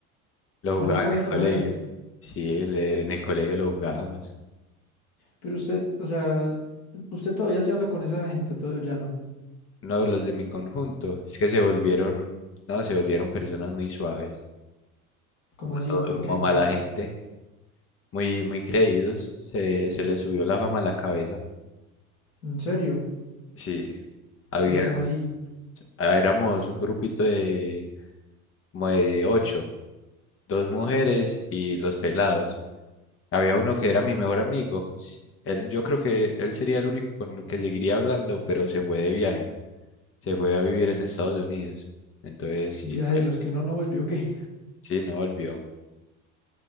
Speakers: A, on the left; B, on the left.
A: Lo
B: Mario
A: jugaba
B: Kart
A: en
B: de
A: el
B: carreras.
A: colegio, sí, el- el- en el colegio lo jugábamos.
B: Pero usted, o sea, usted todavía se habla con esa gente, todo ya no.
A: No, los de mi conjunto, es que se volvieron, no, se volvieron personas muy suaves,
B: ¿Cómo
A: como
B: así?
A: todo,
B: ¿Por
A: como
B: qué?
A: mala gente. muy, muy creídos. Se, se les subió la fama a la cabeza.
B: ¿En serio?
A: Sí, había,
B: ¿Pero cómo así?
A: ah, éramos un grupito de como de ocho, dos mujeres y los pelados. Había uno que era mi mejor amigo. s- Él, yo creo que él sería el único con el que seguiría hablando, pero se fue de viaje. Se fue a vivir en Estados Unidos. Entonces, sí,
B: ¿Un viaje
A: baila.
B: de los que uno no vuelve o qué?
A: sí, no volvió.